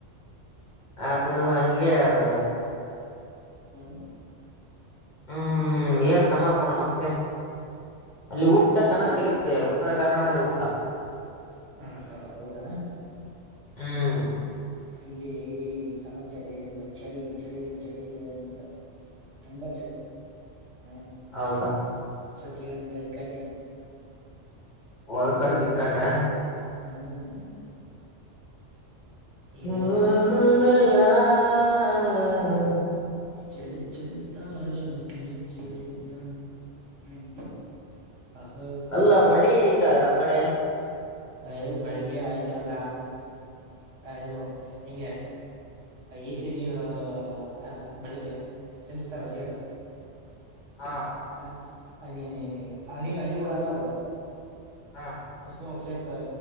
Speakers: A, on the left; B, on the right.
A: ಅದು
B: ಗೊತ್ತು
A: ಹಂಗೆ ಅದ.
B: ಹ್ಮ್
A: ಹ್ಮ್
B: ಹಂಗೆ
A: ಏನ್ ಸಮಾಚಾರ ಮತ್ತೆ. ಅಲ್ಲಿ ಊಟ ಚೆನ್ನಾಗ್
B: ಈಗ
A: ಸಿಗತ್ತೆ ಉತ್ತರ ಕರ್ನಾಟಕದ ಊಟ.
B: ಹಾ ಹಾ ಹೌದಾ.
A: ಹ್ಮ
B: ಇಲ್ಲಿ ಈ ಸಮಾಚಾರ ಏನಿಲ್ಲ ಚಳಿ ಚಳಿ ಚಳಿ ಅಂತ. ತುಂಬಾ ಚಳಿ ಹ.
A: ಹೌದಾ
B: ಸತಿಯನ್ ಬೈದ್ಕಂಡಿನಿ
A: ಹೊಲ್ಕೊಂಡ್
B: ಹ.
A: ಬಿದ್ಕೊಂಡ್ರ
B: ಹ್ಮ
A: ಸ
B: ಏನ್ ಮಾಡಕ್ಕಿಲ್ಲ
A: ಹೃದಯ ಆ ಅ ಅ.
B: ಚಳ್ಳಿ ಚಳಿ ತಾಳೇನು ಈ ಚಳಿಯ ಹ್ಮ್. ಆ ಹಾ.
A: ಅಲ್ಲ ಮಳಿ ಇತ ಆ ಕಡೆ.
B: ಅಯ್ ಬೆಳಿಗ್ಗೆ ಆಯ್ತು ಮಗ ಇದು ಹಿಂಗೆ. ಎಸಿ ನೀರು ಅಲ್ಲ ಬೆಳಿಗ್ಗೆ ಸಿಮ್ಸ್ತಾರಲ್ಲ ನೀರು.
A: ಹಾಂ
B: ಹ ಹನಿ ಅನಿ ಹಣಿ ಹನಿ ಕೂಡ ಅಲ್ಲ ಅದು.
A: ಹಾ
B: ಅಷ್ಟು ಫ್ಲಕ್ ಅ